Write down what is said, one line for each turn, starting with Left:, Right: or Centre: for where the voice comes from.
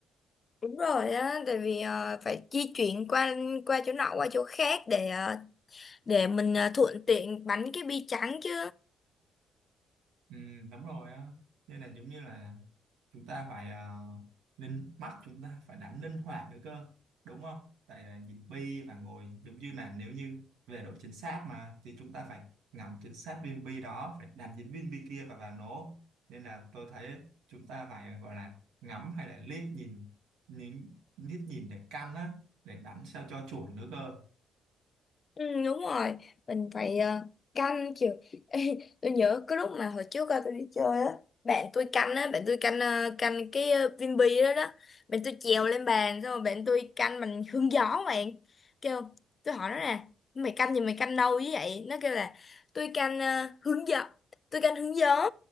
Left: Đúng rồi á, tại vì ờ, phải di chuyển qua qua chỗ nọ qua chỗ khác để ờ, để mình ờ, thuận tiện bắn cái bi trắng chứ.
Right: Ừ, đúng rồi á nên là giống như là chúng ta phải uh, linh mắt chúng ta phải đánh linh hoạt nữa cơ đúng không tại là nhìn bi và ngồi giống như là nếu như về độ chính xác mà thì chúng ta phải ngắm chính xác viên bi đó phải đánh chính viên bi kia và và nổ nên là tôi thấy chúng ta phải ờ, gọi là ngắm hay là liếc nhìn nhìn liếc nhìn để căn á để đánh sao cho chuẩn nữa cơ
Left: Ừ, đúng rồi mình phải ờ, canh chiều Ê, <laughs> tôi nhớ cái lúc mà hồi trước ờ, tôi đi chơi á bạn tôi canh á bạn tôi canh ờ, canh cái uh, Vinpearl đó đó bạn tôi trèo lên bàn xong rồi bạn tôi canh bằng hương gió bạn kêu tôi hỏi nó nè mày canh gì mày canh đâu với vậy nó kêu là tôi canh ờ, hướng gió tôi canh hướng gió